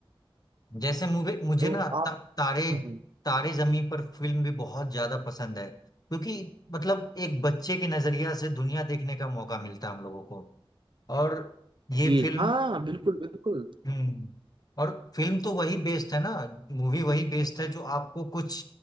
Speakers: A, on the left; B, on the right.
A: जैसे मुझे मुझे
B: तो
A: ना
B: आप
A: ता, तारे
B: हम्म,
A: तारे जमीन पर फिल्म भी बहुत ज्यादा पसंद है क्योंकि मतलब एक बच्चे के नजरिया से दुनिया देखने का मौका मिलता है हम लोगों को और ये
B: जी
A: फिल्म
B: हाँ बिल्कुल बिल्कुल
A: हम्म और फिल्म तो वही बेस्ड है ना मूवी वही बेस्ड है जो आपको कुछ